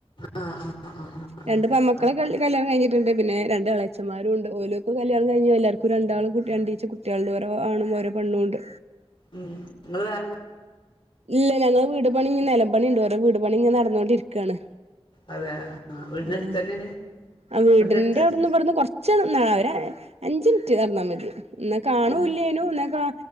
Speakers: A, on the left; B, on the right.
A: ആഹ് ആഹ് ആഹ്
B: രണ്ട് പെമ്മക്കളെ
A: ആഹ്
B: കല്യാ കല്ല്യാണം കഴിഞ്ഞിട്ട്ണ്ട്. പിന്നെ രണ്ട് എളേച്ചമ്മാരുണ്ട്. ഓല്ക്കു കല്യാണം കഴ്ഞ്ഞ് എല്ലാർക്കു ക്കു രണ്ടാള്ക്കു കുട്ടി രണ്ടീ ച്ചെകുട്ട്യാ ൾണ്ട്. ഓരോ ആണും ഓരോ പെണ്ണുംണ്ട്.
A: ഉം നിങ്ങള് വേ
B: ഇല്ല ഞങ്ങള് വീട് പണി ഇ നിലമ്പണി ഉണ്ട് ഓരോ വീട് പണി ഇങ്ങെ നടന്നുകോണ്ടിരിക്കുവാണ്
A: അതെ ആഹ് വീടിന്റെ
B: ഉം
A: അടുത്ത് തന്നെയാണ്
B: ആഹ് വീടിന്റെ
A: അടുത്ത് തന്നെ
B: അവിടെന്ന് കൊറ ഉച്ചന്നാ അവരെ അഞ്ച് മിനിറ്റ് നടന്നാൽ മതി എന്ന കാണൂ
A: ഉം
B: ഇല്ലേനു എന്നാ കാ